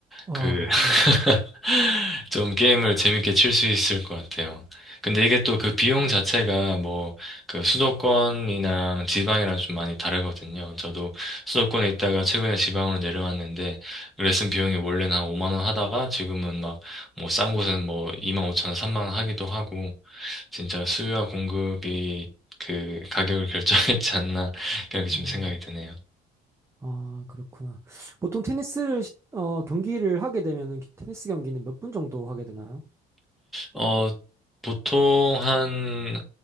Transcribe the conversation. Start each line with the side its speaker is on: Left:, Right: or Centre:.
Right: 와,
Centre: 그 <laughs>
Right: 음,
Centre: 좀 게임을 재밌게 칠 수 있을 것 같아요. 근데 이게 또 그 비용 자체가 뭐 그 수도권이랑 지방이랑 좀 많이 다르거든요. 저도 수도권에 있다가 최근에 지방으로 내려왔는데 레슨 비용이 원래는 한 5만 원 하다가 지금은 막 뭐 싼 곳은 뭐 2만 5천 원, 3만 원 하기도 하고 진짜 수요와 공급이 그 가격을 <laughs> 결정했지 않나 그렇게
Right: 음.
Centre: 좀 생각이 드네요.
Right: 아, 그렇구나. 보통 테니스를, 시- 어, 경기를 하게 되면은 테니스 경기는 몇 분 정도 하게 되나요?
Centre: 어, 보통 한,